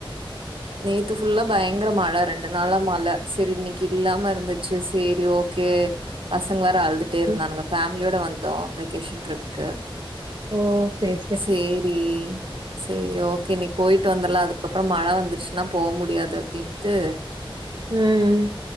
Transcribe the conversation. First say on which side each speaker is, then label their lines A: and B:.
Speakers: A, on the right; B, on the right.
A: நேத்து ஃபுல்லா பயங்கர மழ ரெண்டு நாளா மழ சேரி இன்னிக்கு இல்லாம இருந்துச்சு சேரி ஓகே பசங்க வேற அழுதுட்டே இருந்தானுங்க
B: ம்
A: ஃபேமிலியோட வந்தோ வெகேஷன் ட்ரிப்கு
B: ஓ சேரி
A: சேரி சேரி ஓகே இன்னிக் போயிட்டு வந்தர்லா அதுக்கப்பறோ மழ வந்துருச்சுன்னா போ முடியாது அப்டின்டு
B: ம்